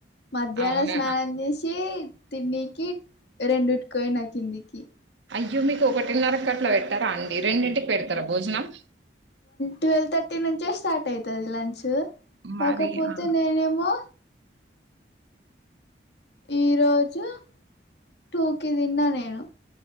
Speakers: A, on the left (about 70°); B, on the right (about 85°).
A: మధ్యాహ్నం
B: అవునా
A: స్నానం చేసి ఏయ్ తినేకి రెండుట్కి పోయినా కిందికి.
B: అయ్యో! మీకు ఒకటిన్నర కట్లా పెట్టారా అండి? రెండింటికి పెడతారా భోజనం.
A: ట్వెల్వ్ థర్టీ నుంచే స్టార్ట్ అవుతుది లంచ్.
B: మరి
A: కాకపోతే
B: ఆ,
A: నేనేమో ఈ రోజు టూకి తిన్నా నేను.